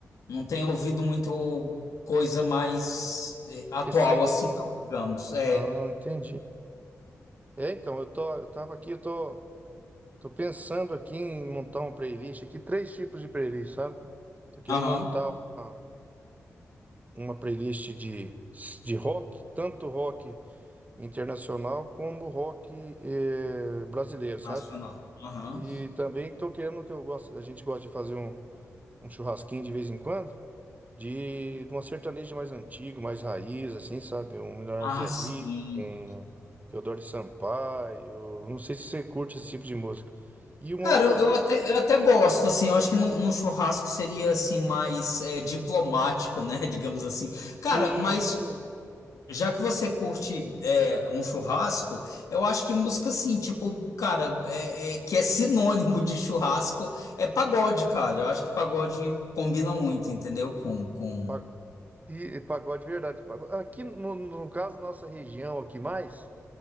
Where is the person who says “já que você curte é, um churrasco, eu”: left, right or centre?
Left